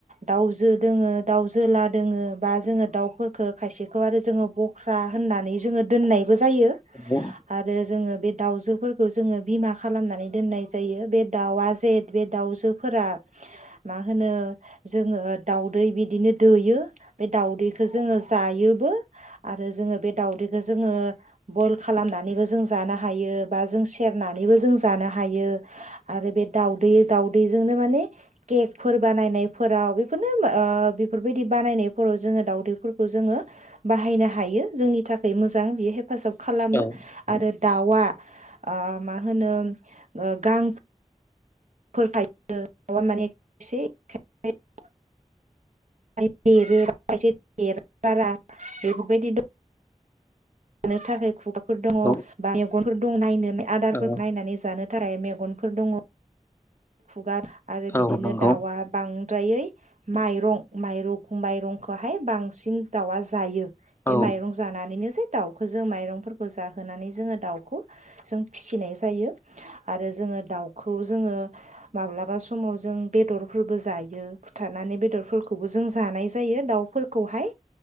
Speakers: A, on the right (about 75°); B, on the left (about 20°).
A: दाउजो दङो दाउ जोला दङो। बा जोङो दाउफोरखौ खायसेखौ आरो जोङो बख्रा होननानै जोङो दोननाय बो जायो
B: औ
A: आरो जोङो बे दाउजोफोरखौ जोङो बिमा खालामनानै दोननाय जायो बे दाउआ जेथ बे दाउजोफोरा मा होनो जोङो दाउदै बिदिनो दोयो बे दाउदैखौ जोङो जायोबो आरो जोङो बे दावदैखौ जोङो बयेल खालामनानैबो जों जानो हायो बा जों सेरनानैबो जों जानो हायो। हायो आरो बे दावदै दावदैजोंनो माने केगफोर बानायनायफोराव बेफोरनो ओ बेफोरबायदि बानायनाय। <inaudible> जोङो दावदैफोरखौ जोङो बाहायनो हायो जोंनि थाखाय मोजां बि हे हेफाजाब खालामो
B: औ
A: आरो दाउआ ओ मा होनो ओ गां <unintelligible> <inaudible> बारा बेफोरबायदि दं। लानो थाखाय खुगाफोर दङ'
B: औ
A: बा मेगन फोर दङ' नायनो आदारफोरखौ
B: औ
A: नायनानै जानो थाराय मेगनफोर दङ'। खुगार आरो बिदिनो
B: औ नंगौ
A: दाउआ बां द्रायै माइरं माइरं माइरंखौहाय बांसिन दाउआ जायो। बे
B: औ
A: माइरं जानानैनो एसे दाउखौ जों माइरंफोरखौ जाहोनानै जोङो दाउखौ जों फिसिनाय जायो आरो जोङो दाउखौ जोङो माब्लाबा समाव जों बेदरफोरबो जायो फुथारनानै बेदरफोरखौबो जों जानाय जायो दाउफोरखौहाय